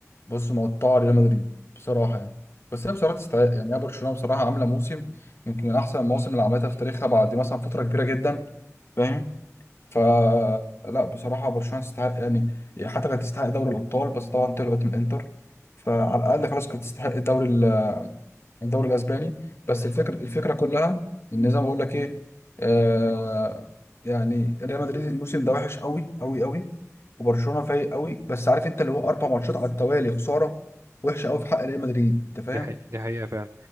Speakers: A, on the left; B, on the right.
A: بص مقطعه ريال مدريد بصراحه يعني بس هي بصراحه تستحق يعني هي برشلونه بصراحه عامله موسم يمكن من احسن المواسم اللي عملتها في تاريخها بعد مثلا فتره كبيره جدا فاهم فلا
B: مم.
A: بصراحة برشلونة تستحق يعني حتى كانت تستحق دوري الأبطال بس طبعا طلعت من الإنتر فعلى الأقل خلاص كانت تستحق الدوري ال- الدوري الأسباني بس الفكرة الفكرة كلها إن زي ما بقول لك إيه آه يعني ريال مدريد الموسم ده وحش قوي قوي قوي وبرشلونة فايق قوي بس عارف أنت اللي هو أربع ماتشات على التوالي خسارة وحشة قوي في حق ريال مدريد أنت فاهم؟
B: دي حقيقة دي حقيقة فعلا